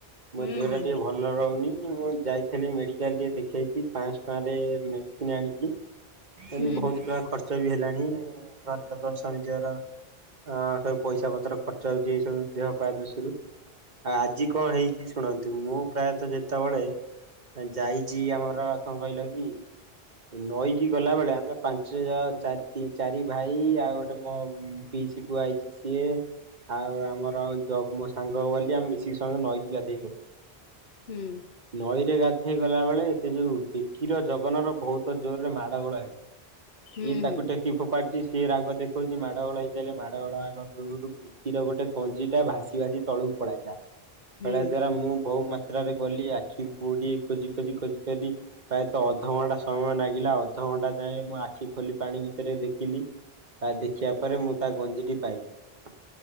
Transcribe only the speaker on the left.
ହୁଁ
ହୁଁ
ହୁଁ
ହୁଁ।
ହୁଁ
ହୁଁ
ହୁଁ